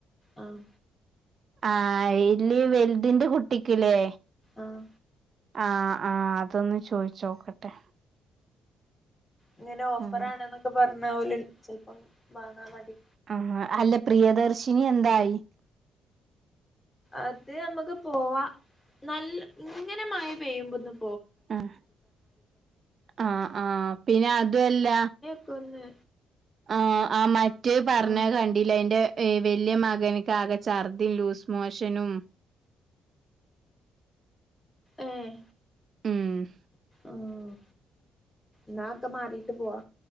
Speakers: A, on the left; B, on the right.
A: ആഹ്
B: ആഹ് അയില് വലുതിന്റെ കുട്ടിക്ക്ല്ലേ
A: ആഹ്
B: ആഹ് ആഹ് അതൊന്ന് ചോയിച്ച് നോക്കട്ടെ
A: ഇങ്ങനെ ഓഫർ
B: ആഹ്
A: ആണെന്നൊക്കെ പറഞ്ഞാവൂല ചിലപ്പം വാങ്ങാ മതി
B: ആഹ് അല്ല പ്രിയദർശിനി എന്തായി
A: അത് അമ്മക്ക് പോവാ നല്ല ഇങ്ങനെ മയ പെയ്യു ബൊന്നും
B: ഉം ആഹ് ആഹ്പിന്നെ അതുല്ല
A: പ്പൊഒന്ന്
B: ആഹ് ആഹ് മറ്റേ പർണകണ്ടിലേ
A: ആഹ്
B: അയിന്റെ ഏഹ് വെല്യ മകൻക്ക് ആകെ ഛർദിംലൂസ് മോഷനും
A: ഏഹ്
B: ഉം
A: ആഹ് ന്നാ ഒക്കെ മാറീട്ട് പോവാ